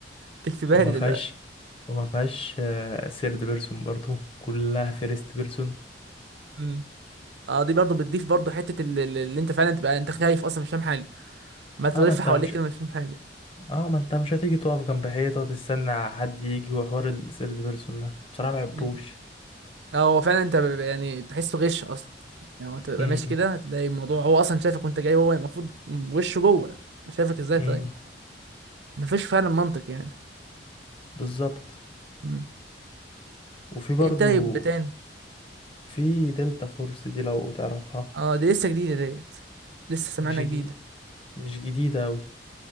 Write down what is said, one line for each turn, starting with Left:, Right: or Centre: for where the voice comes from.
Right: تكتبها
Left: وما
Right: لي
Left: فيهاش
Right: دلوقتي
Left: وما فيهاش سيرد بيرسون برضو كلها فيرست بيرسون
Right: امم اه دي برضه بتضيف برضه حته اللي, اللي انت فعلا تبقى انت خايف اصلا مش فاهم حاجه ما تلف
Left: اه ما انت
Right: حواليك
Left: مش
Right: كده مش فاهم حاجه
Left: اه ما انت مش هتيجي تقف جنب حيطة تستنى حد يجي وحوار السيرد بيرسون ده بصراحة ما بحبوش
Right: مم. اه هو فعلا انت بيبقى يعني تحسه غش اصلا يعني هو انت بتبقى
Left: امم
Right: ماشي كده هتلاقي الموضوع هو اصلا شايفك وانت جاي هو المفروض وشه جوه شايفك ازاي طيب
Left: امم
Right: مفيش فعلا منطق يعني
Left: بالظبط
Right: مم.
Left: وفي برضو
Right: ايه طيب تاني
Left: في دلتا فورس دي لو تعرفها
Right: اه دي لسه جديده ديت لسه سمعنا
Left: مش جديد
Right: جديد
Left: مش جديدة أوي